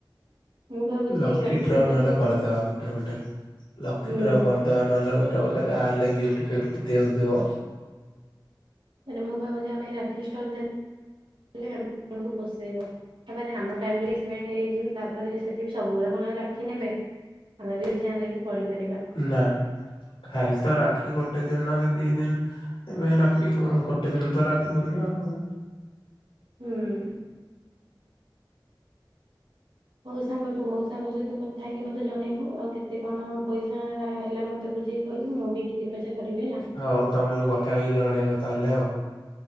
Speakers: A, on the right; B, on the left.
A: ମୁଁ ଭାବୁଛି
B: ଲକି
A: ଏଇ ରାକ୍ଷୀ
B: ଡ୍ର
A: ଦୋକାନ
B: ନହେଲେ କରିଦେବା
A: ଦେଲେ
B: ଗୋଟେ ଗୋଟେ ଲକି
A: ହୁଁ
B: ଡ୍ର କରିଦ ଦବା ନହେଲେ ଗୋଟ ଗୋଟେ ଯାହେଲେ ଗିଫ୍ଟ ଫିଫ୍ଟ ଦେଉଥିବ
A: ମାନେ ମୁଁ ଭାବୁଛି ଆମେ ରାକ୍ଷୀ ଷ୍ଟଲ ଦେଲେ ଆପଣଙ୍କୁ ପୋଷେଇବ। ତାପରେ ଆମ ଟାଇମ୍ ରେ ସ୍ପେଣ୍ଡ ହେଇଯିବ ତାପରେ ସେଠି ସବୁବେଳେ କଣ ଆଉ ରଖି ନେବେ। <unintelligible> ବି ପଢିପାରିବା
B: ନା ଖାଲି ତ ରାକ୍ଷି ଗୋଟେ ଦିନ କି ଦି ଦିନ୍ ଏବେ ରାକ୍ଷୀ ଗୋଟେ ଦିନ୍ ତ ରାଖି ଫୂର୍ଣ୍ଣିମା ଆଉ
A: ହୁଁ ହଉ ସାଙ୍ଗ ତୁ ମଉସାଙ୍କ ସହିତ କଥା ହେଇକି ମତେ ଜଣେଇବୁ ଆଉ କେତେ କଣ ପଇସା ହେଲା ମତେ ବୁଝେଇକି କହିବୁ ମୁଁ ବି କିଛି ପଇସା କରିବି ହେଲା।
B: ହଉ ତମେ ବି କ କଥା ହେଇ ଜଣେଇବ ତାହେଲେ ଆଉ